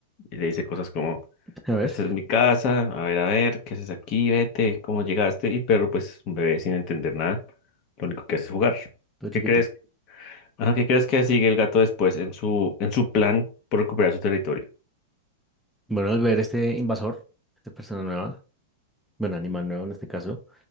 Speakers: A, on the left; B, in the centre.
A: y le dice cosas como
B: A ver,
A: Esta es mi casa, a ver, a ver, ¿qué haces aquí? Vete, ¿cómo llegaste? Y el perro, pues, un bebé sin entender nada, lo único que hace es jugar.
B: todo
A: ¿Qué
B: chiquito.
A: crees? Ajá, ¿qué crees que sigue el gato después en su, en su plan por recuperar su territorio?
B: Bueno, al ver este invasor, esta persona nueva, bueno, animal nuevo en este caso,